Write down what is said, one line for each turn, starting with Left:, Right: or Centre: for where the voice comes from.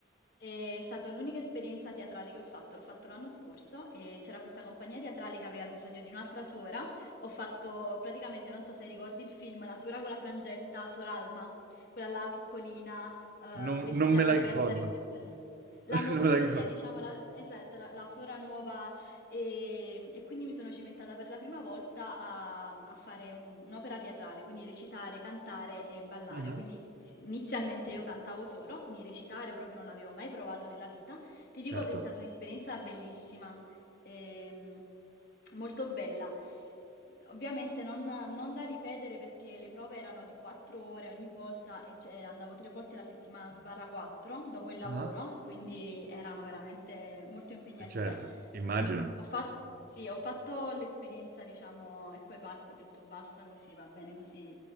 Left: È stata l'unica esperienza teatrale che ho fatto, l'ho fatto l'anno scorso e c'era questa compagnia teatrale che aveva bisogno di un'altra suora. Ho fatto praticamente, non so se ricordi il film, La suora con la frangetta, Sor Alma, quella là piccolina, eh,
Right: Non,
Left: vestita
Right: non me
Left: poi
Right: la
Left: diversa
Right: ricordo.
Left: rispetto alla
Right: <laughs>
Left: novizia,
Right: Non me la ricordo.
Left: diciamo, la, esatto, la, la suora nuova e, e quindi mi sono cimentata per la prima volta a, a fare un- un'opera teatrale, quindi recitare, cantare e ballare.
Right: Mhm.
Left: Quindi s- inizialmente io cantavo solo, quindi recitare proprio non avevo mai provato nella vita. Ti dico
Right: Certo.
Left: che è stata un'esperienza bellissima, ehm, molto bella. Ovviamente non, non da ripetere perché le prove erano di 4 ore ogni volta e cioè, andavo tre volte la settimana sbarra 4 dopo il lavoro,
Right: Ah,
Left: quindi erano veramente molto impegnative.
Right: eh, certo, immagino.
Left: Quindi ho fatto, sì, ho fatto l'esperienza, diciamo, e poi ba- ho detto basta così, va bene così.